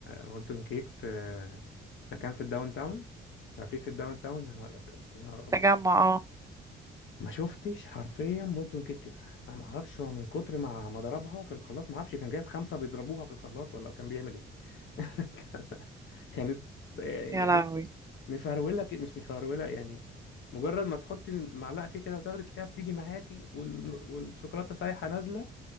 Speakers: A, on the left; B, on the right.
A: مولتون كيك في مكان في الداون تاون كافيه في الداون تاون يا نهار ابيض يا نهار ابيض
B: تجمع اه
A: ما شفتش حرفيا بولتون كيك كده انا ما اعرفش هو من كتر ما ما ضربها في الخلاط ما اعرفش كان جايب خمسه بيضربوها في الخلاط ولا كان بيعمل ايه <laughs> كانت يعني
B: يا لهوي
A: بص مفروله كده- مش مفروله يعني مجرد ما تحطي المعلقه فيه كده وتاخدي تلاقيها بتيجي معاكي وال... والشوكولاته سايحه نازله